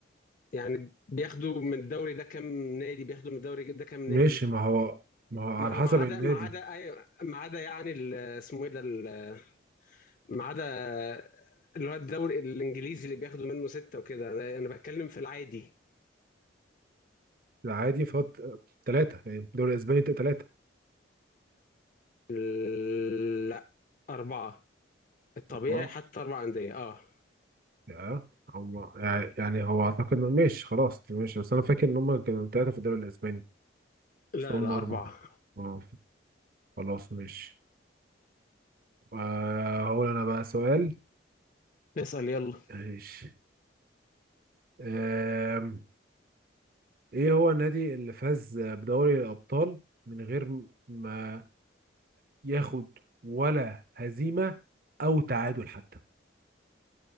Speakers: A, on the left (about 45°); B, on the right (about 50°).
A: يعني بياخدوا من الدوري ده كام نادي بياخدوا من الدوري ده كام نادي
B: ماشي ما هو ما هو على
A: ما هو
B: حسب
A: ما عدا
B: النادي
A: ما عدا أي- ما عدا يعني ال- اسمه ايه ده ال- ما عدا اللي هو الدوري الانجليزي اللي بياخدوا منه ستة وكده انا أنا بتكلم في العادي
B: العادي فهو ت- تلاتة يعني الدوري الأسباني تلاتة
A: ال- لا أربعة الطبيعي
B: أربعة
A: حتى أربع أندية اه
B: يا هم يعني هو اعتقد إنه- ماشي خلاص ماشي بس انا فاكر ان هم كانوا ثلاثه في الدوري الاسباني
A: لا
B: ثم
A: لا
B: مره
A: أربعة
B: اه خلاص ماشي آه، هقول انا بقى سؤال
A: اسأل يلا
B: ماشي آم، ايه هو النادي اللي فاز بدوري الابطال من غير ما ياخد ولا هزيمه او تعادل حتى